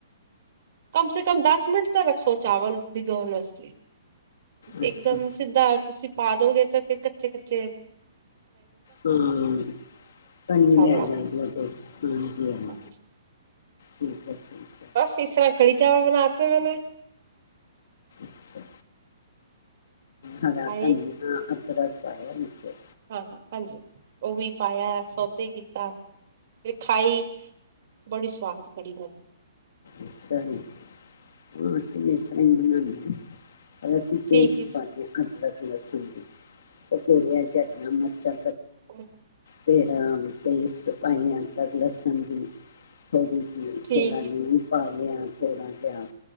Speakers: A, on the right; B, on the left.
A: ਕਮ ਸੇ ਕਮ ਦਸ ਮਿੰਟ ਤਾਂ ਰੱਖੋ ਚਾਵਲ ਭਿਗਾਉਣ ਵਾਸਤੇ,
B: ਅੱਛਾ
A: ਇੱਕਦਮ ਸਿੱਧਾ ਤੁਸੀਂ ਪਾ ਦੋਗੇ ਤਾਂ ਫਿਰ ਕੱਚੇ-ਕੱਚੇ
B: ਹਾਂ ਪਾਣੀ
A: ਚਾਵਲਾਂ
B: ਲੇ ਜਾਂਦੀ ਹੈ ਉਦੇ ਚ, ਹਾਂਜੀ-ਹਾਂਜੀ,
A: ਨੂੰ
B: ਠੀਕ ਹੈ-ਠੀਕ ਹੈ।
A: ਬਸ ਇਸ ਤਰ੍ਹਾਂ ਕੜੀ ਚਾਵਲ ਬਣਾਤੇ ਵੇ ਨੇ
B: ਅੱਛਾ ਹਰਾ
A: ਖਾਏ
B: ਤਨੀਆਂ <unintelligible>
A: ਹਾਂ ਹਾਂਜੀ ਉਹ ਵੀ ਪਾਇਆ ਸੋਤੇ ਕੀਤਾ ਲਿਖਾਈ ਬੜੀ ਸਵਾਦ ਕੜੀ ਬਣੀ।
B: ਅੱਛਾ ਜੀ, ਹਾਬ ਅੱਸੀ ਵੀ ਇਸਤਰਾਂ ਹੀ ਬਣਾਂਦੇ ਹਾਂ। ਅਸੀ
A: ਠੀਕ
B: ਪੇਸਟ
A: ਹੈ ਜੀ
B: ਪਾਦੇਂ ਹਾਂ ਅਦਰਕ <unintelligible> ਪਕੌੜਿਆ ਚ ਹਰਿਆ ਮਰਚਾ
A: ਹਮ।
B: ਫਿਰ ਪੇਸਟ ਪਾਈਆਂ ਅਦਰਕ ਲਸਣ ਦੀ ਥੋੜ੍ਹੀ <unintelligible>
A: ਠੀਕ
B: ਪਾਲਿਆ ਥੋੜ੍ਹਾ ਜਿਹਾ